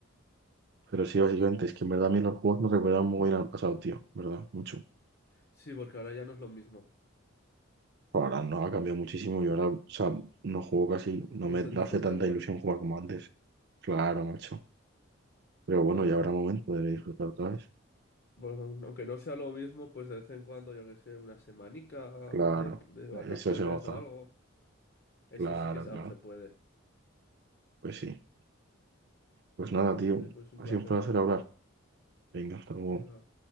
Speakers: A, on the right; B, on the left.
A: <laughs> Pero sí, básicamente, es que en verdad a mí los juegos me recuerdan muy bien al pasado, tío. ¿Verdad? Mucho.
B: Sí, porque ahora ya no es lo mismo.
A: Ahora no ha cambiado muchísimo y ahora, o sea, no juego casi, no
B: No
A: me
B: se disfruta
A: hace tanta
B: igual.
A: ilusión jugar como antes. Claro, macho. Pero bueno,
B: Claro.
A: ya habrá momento de disfrutar otra vez.
B: Bueno, aunque no sea lo mismo, pues de vez en cuando, yo que sé, una semanica
A: Claro.
B: de, de vacaciones
A: Eso se goza.
B: o algo. Eso
A: Claro,
B: sí que aún
A: claro.
B: se puede.
A: Pues sí. Pues nada, tío.
B: Oye, pues un
A: Ha
B: placer.
A: sido un placer hablar. Venga, hasta luego.
B: Venga.